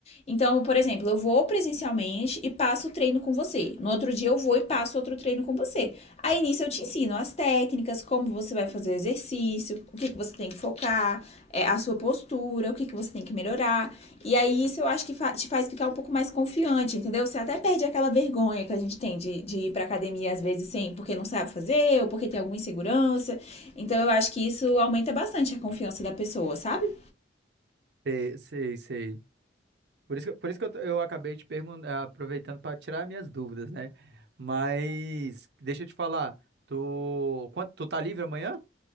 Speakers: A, on the left; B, on the right.
A: Então, por exemplo, eu vou presencialmente e passo o treino com você. No outro dia eu vou e passo outro treino com você. Aí nisso eu te ensino as técnicas, como você vai fazer o exercício, o que, que você tem que focar, é, a sua postura, o que, que você tem que melhorar. E aí isso eu acho que fa- te faz ficar um pouco mais confiante, entendeu? Você até perde aquela vergonha que a gente tem de, de ir pra academia às vezes sem, porque não sabe fazer ou porque tem alguma insegurança. Então eu acho que isso aumenta bastante a confiança da pessoa, sabe?
B: Sei, sei, sei. Por isso que, por isso que eu, t- eu acabei te perguntando, aproveitando para tirar minhas dúvidas, né? Mas deixa eu te falar, tu, quan- tu tá livre amanhã?